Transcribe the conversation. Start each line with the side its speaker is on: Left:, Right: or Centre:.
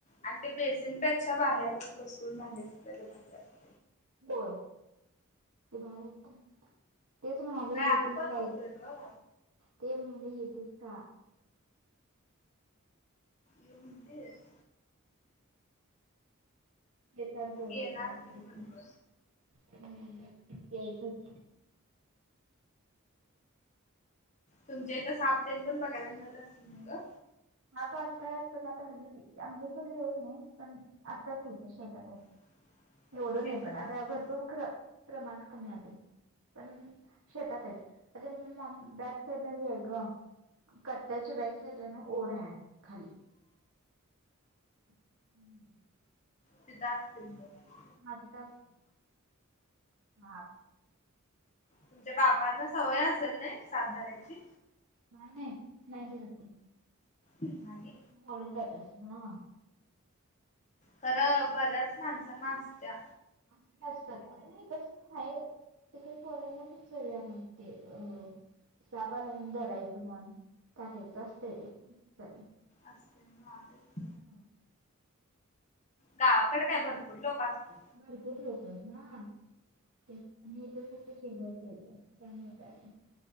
Left: आणि ते बेसिनपेक्षा बाहेरच बसून भांडी घासलेल भारी वाटतय.
Right: होय भारी वाटतय. तेच म्हणालोय
Left: व्यायाम
Right: येेतीस
Left: पण
Right: काय?
Left: होतोय ग
Right: ते म्हणाले येेतीस का?
Left: ये म्हणतेस.
Right: ये त्यात जाऊ
Left: येणार
Right: आपण मस्तपैकी
Left: की म्हणलं.
Right: हम् यायचंच.
Left: तुमच्या इथं साप तेन पण बघायला मिळत असतील नाय ग.
Right: आता असतात पण आता हली आमच्या इथ लई नाही, पण आसतात ते शेतातच
Left: <inaudible>
Right: एवढं
Left: शेतात
Right: नाही पण आता
Left: असते.
Right: भरपूर क प्रमाण कमी आलय. पण शेतात आहेत आता मग मॅ बॅक साईड ला हे हाय ग. कट्याच्या बॅक साइडला ना ओढा आहे खाली हम्म.
Left: तिथं असतील मग
Right: हा तिथच आत
Left: तुमच्या बाबांना सवय असेल नाही साप धरायची.
Right: भाय नाही नाही धरत ते.
Left: नाही.
Right: बोलवत्यातस हा.
Left: खरं बऱ्याच माणसा ना आसत्या
Right: असत असतात नाही कसे. त तर पोळ्यांना पण सगळ्या म्हणते अ. शपाल्या धरायचं मन काकायचं असत.
Left: अस् धन्यवाद.
Right: हम.
Left: गावाकडे काय भरपूर लोक असते.
Right: भरपूर लोक हा. ते आणि तर कसं खेळबळत ठतं त्यामुळे काय.